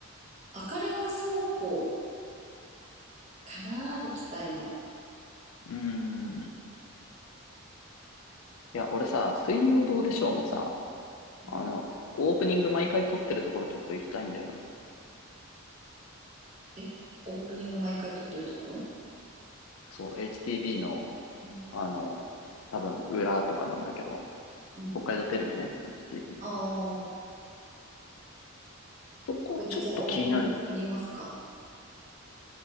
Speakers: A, on the right; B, on the left.
A: 赤レンガ倉庫かな、行きたいの。
B: ーん。いや、俺さ、水曜どうでしょうのさ、
A: うん。
B: あの、オープニング毎回撮ってるところちょっと行きたいんだよな。
A: え、オープニング毎回撮ってるところ
B: そう、h t v の、
A: うん、
B: あの、多分、裏とかなんだけど、
A: うん、
B: 北海道テレビね、
A: うん。
B: HTB。
A: ああ、こ
B: そこはちょっと気になる。
A: こでじゃあオープニング撮りますか。